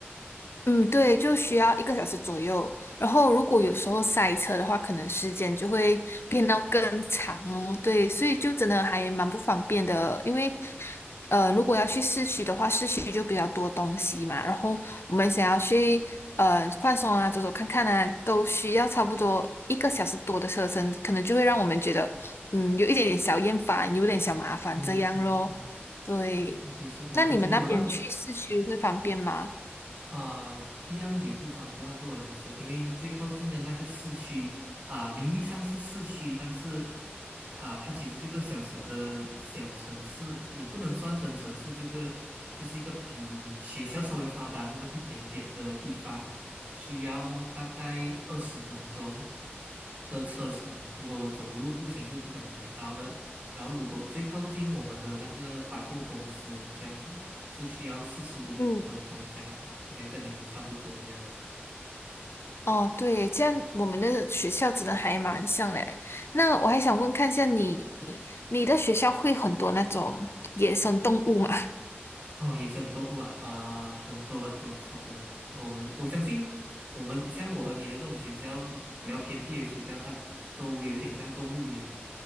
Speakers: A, on the left; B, on the right.
A: 嗯，对，就需要一个小时左右。然后如果有时候塞车的话，可能时间就会变到更长哦。对，所以就真的还蛮不方便的，因为呃，如果要去市区的话，市区就比较多东西嘛。然后我们想要去呃放松啊，走走看看啊，都需要差不多一个小时多的车程，可能就会让我们觉得嗯有一点点小厌烦，有点小麻烦这样咯。
B: 嗯嗯嗯，
A: 对，
B: 是是是，我我觉得我那
A: 那你们那边去市区会方便吗？
B: 啊、一样也不方便啊，对我来说，因为最靠近的那个市区啊、名义上是市区，但是啊、它其实这个小小的小城市，也不能算成城市，这个就是一个比学校稍微发达那么一点点的地方，需要大概二十分钟的车程，如果走路步行是不可能能到的。然后，如果最靠近我们的那个百货公司这样子。是需要四十五分钟这样，
A: 嗯。
B: 应该跟你们差不多这样子。
A: 哦，对，这样我们的学校真的还蛮像嘞。那我还想问看一下你，你的学校会很多那种野生动物吗？
B: 哦，野生动物啊，啊、很多很多，超多。那我们我相信，我们像我和你的这种学校，比较偏僻的学校，它都有点像动物园。